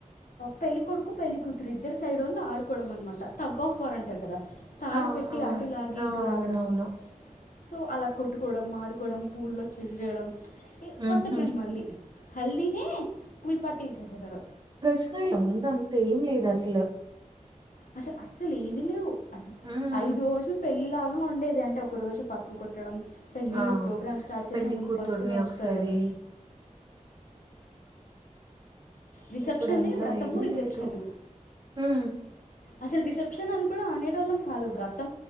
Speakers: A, on the left; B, on the right.
A: పెళ్ళికొడుకు పెళ్ళ కూతురు ఇద్దరు సైడ్ వళ్ల ఆడుకోవడం అన్నమాట తగ్ ఆఫ్ వర్ అంటారు కదా తాడు
B: ఆ
A: పెట్టి
B: ఆ
A: అటులాగి
B: ఆ
A: ఇటులాగడం
B: అవునవును
A: సో అలా కొట్టుకోవడం మాడుకోవడం పూల్లో చెల్లి చేేయడం కొత్త
B: ఉహు
A: ట్రైన్ మళ్ళీ హల్దీనే పూల్ పట్టీ చేసేసారు
B: ప్రశ్న ముందంత ఏం లేదు అసలు
A: అసలు అస్సలు ఏమిీ లేవు
B: హ్మ్
A: ఐజ వష పెళ్ళిలాగా ఉండేది అంటే ఒక రోజు పసుపు కుట్టడం పెళ్ నీళ్ళలు
B: ఆ
A: ప్రోగ్రామ్ స్టార్ట్
B: పెళ్లి
A: చేసే ముందు
B: కూతుర్ని
A: పసుపు దంచుతారు
B: ఒకసారి
A: కదా రిసెప్షనే
B: ఇప్పుడంతా
A: వ్రతము
B: ఏమిీ
A: రిసెప్షన్
B: లేదు హ
A: అసలు రిసెప్షన్ అని కూడా ఆనేడళ్ళం కాదు వ్రా